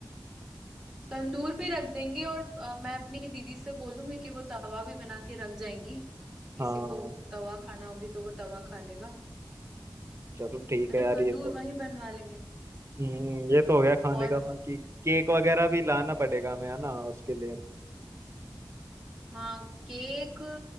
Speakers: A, in the centre; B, on the right.
A: तंदूर भी रख देंगे और अ, मैं अपनी दीदी से बोलूंगी कि वो तवा भी बना के रख जाएंगी किसी
B: हाँ
A: को तवा खाना होगी तो वो तवा खा लेगा
B: चलो ठीक
A: है
B: है
A: ना
B: यार
A: तंदूर
B: ये तो
A: वहीं बनवा लेंगे
B: हम्म ये तो हो गया खाने
A: और
B: का बाकी केक वगैरह भी लाना पड़ेगा हमें है ना उसके लिए
A: हाँ केक